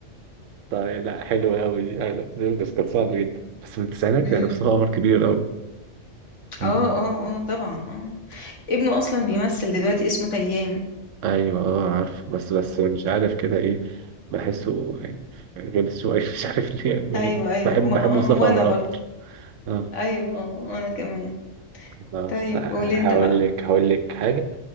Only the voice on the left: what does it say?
<laughs> امم
اه اه اه طبعا اه ابنه اصلا بيمثل دلوقتي اسمه تيام
ايوه ايوه
وما-
آه،
وانا
برضو
ايوه آه، وانا كمان
طيب
قول انت بقى